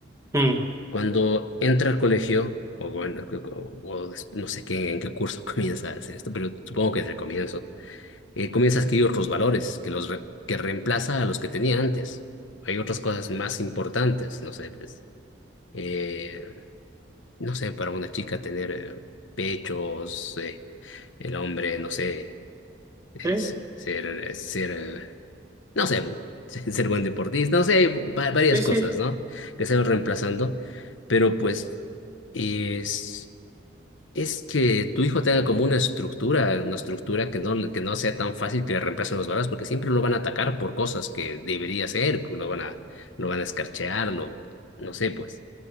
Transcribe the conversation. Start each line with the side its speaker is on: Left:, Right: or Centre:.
Right: Mm.
Left: Cuando entra al colegio, o bueno, o- o- o des- no sé qué, en qué curso <laughs> comienza a hacer esto, pero supongo que desde el comienzo eh, comienza a adquirir otros valores que los re- que reemplaza a los que tenía antes. Hay otras cosas más importantes, no sé, pues, eh, no sé, para una chica tener eh, pechos, eh, el hombre, no sé, es-
Right: Sí,
Left: ser, eh, ser, eh, no sé, <laughs> ser buen deportista, no sé, va- varias
Right: sí, sí.
Left: cosas, ¿no? Que se van reemplazando, pero pues es es que tu hijo tenga como una estructura, una estructura que no, que no sea tan fácil que le reemplacen los valores, porque siempre lo van a atacar por cosas que debería hacer, que lo van a, lo van a escarchear, lo, no sé, pues.